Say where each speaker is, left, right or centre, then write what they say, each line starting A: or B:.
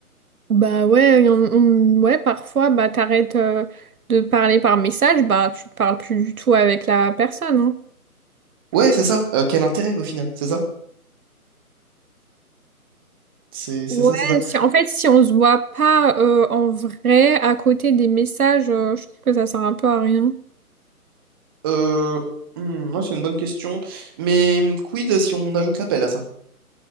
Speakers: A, on the right (about 70°); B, on the right (about 15°).
A: Bah ouais, y en- on- ouais, parfois, bah t'arrêtes euh, de parler par message, bah tu te parles plus du tout avec la personne, hein.
B: Ouais, c'est ça. Euh, quel intérêt au final? C'est ça? C'est c'est
A: Ouais,
B: ça, c'est ça.
A: si, en fait, si on se voit pas euh, en vrai à côté des messages, euh, je trouve que ça sert un peu à rien.
B: Euh, hmm, ouais, c'est une bonne question. Mais hmm, quid si on ajoute l'appel à ça?